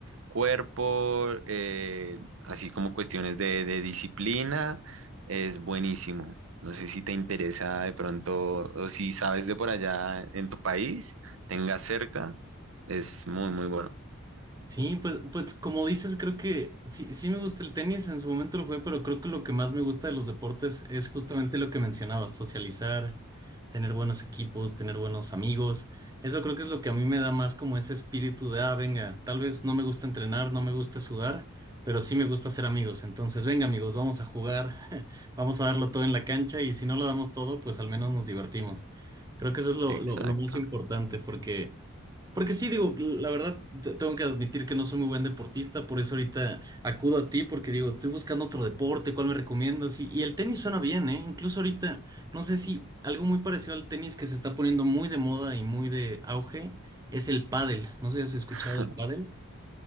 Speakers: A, on the right (about 70°); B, on the right (about 15°).
A: cuerpo, eh, así como cuestiones de, de disciplina, es buenísimo. No sé si te interesa de pronto o si sabes de por allá en tu país, tengas cerca, es muy, muy bueno.
B: Sí, pues, pues como dices, creo que sí, sí me gusta el tenis, en su momento lo jugué, pero creo que lo que más me gusta de los deportes es justamente lo que mencionabas, socializar, tener buenos equipos, tener buenos amigos. Eso creo que es lo que a mí me da más como ese espíritu de, ah, venga, tal vez no me gusta entrenar, no me gusta sudar, pero sí me gusta ser amigos. Entonces, venga amigos, vamos a jugar, <laughs> vamos a darlo todo en la cancha y si no lo damos todo, pues al menos nos divertimos. Creo que eso es lo,
A: Exacto.
B: lo lo más importante porque... Porque sí, digo, la verdad, te- tengo que admitir que no soy muy buen deportista, por eso ahorita acudo a ti, porque digo, estoy buscando otro deporte, ¿cuál me recomiendas? Y, y el tenis suena bien, ¿eh? Incluso ahorita, no sé si algo muy parecido al tenis que se está poniendo muy de moda y muy de auge es el pádel. No sé si has escuchado
A: <laughs>
B: del pádel.